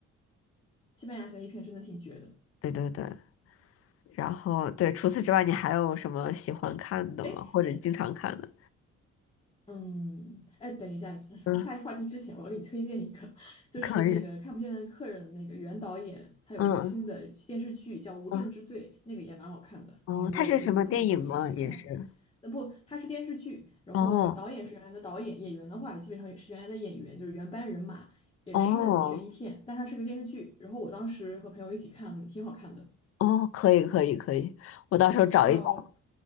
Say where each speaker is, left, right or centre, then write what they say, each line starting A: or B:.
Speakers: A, on the left; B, on the left.
A: 西班牙悬疑片真的挺绝的。
B: 对对对。然后对，除此之外，你还有什么喜欢看的吗？
A: 哎，
B: 或者经常看的？
A: 嗯，哎，等一下，<laughs>
B: 嗯，
A: 下一话题之前，我要给你推荐一个，就是那个《看不见的客人》那个原导演，
B: 可以。
A: 他有一个新的电视剧叫《无证之罪》，
B: 嗯嗯
A: 那个也蛮好看的。
B: 哦，
A: 你如果有空的话，
B: 它是什么电影吗？
A: 可以去看。
B: 也是。
A: 呃，不，它是电视剧，然后导演是原来的导演，
B: 哦
A: 演员的话基本上也是原来的演员，就是原班人马，也是那种悬疑片，
B: 哦
A: 但它是个电视剧。然后我当时和朋友一起看了，挺好看的，
B: 哦，可以可以可以，我到时候找一找。
A: 叫